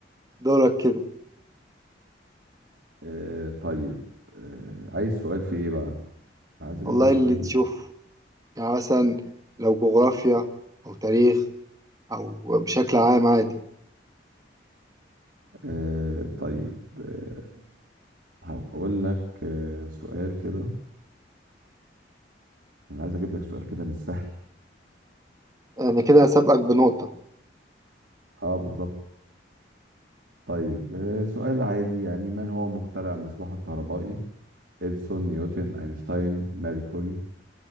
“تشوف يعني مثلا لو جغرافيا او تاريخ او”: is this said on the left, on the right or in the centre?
Right